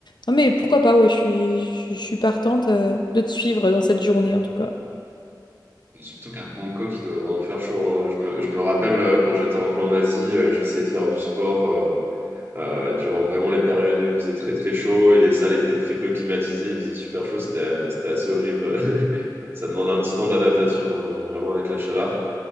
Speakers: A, on the left; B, on the right.
A: non, mais pourquoi pas, ouais, je suis, je suis je suis partante, euh, de te suivre dans cette journée en tout cas.
B: Surtout qu'à Bangkok, il doit vraiment faire chaud. hein. Je me, je me rappelle euh, quand j'étais un peu en Asie, euh, j'essayais de faire du sport euh, euh, durant vraiment les périodes où il faisait très très chaud et les salles étaient très peu climatisées, il faisait super chaud, c'était, c'était assez horrible. <laughs> Ça demande un petit temps d'adaptation euh, vraiment avec la chaleur.